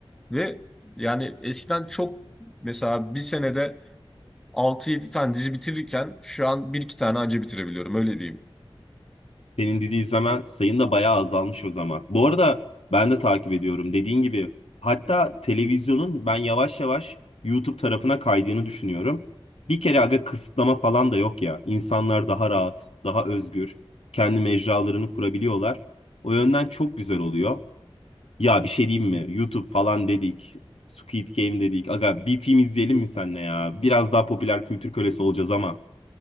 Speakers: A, in the centre; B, on the left.
A: ve yani eskiden çok mesela bir senede altı yedi tane dizi bitirirken şu an bir iki tane anca bitirebiliyorum öyle diyeyim.
B: Senin dizi izlemen sayın da bayağı azalmış o zaman. Bu arada ben de takip ediyorum dediğin gibi. Hatta televizyonun ben yavaş yavaş YouTube tarafına kaydığını düşünüyorum. Bir kere aga kısıtlama falan da yok ya. İnsanlar daha rahat, daha özgür, kendi mecralarını kurabiliyorlar. O yönden çok güzel oluyor. Ya bir şey diyeyim mi? YouTube falan dedik. Squid Game dedik. Aga bir film izleyelim mi seninle ya? Biraz daha popüler kültür kölesi olacağız ama.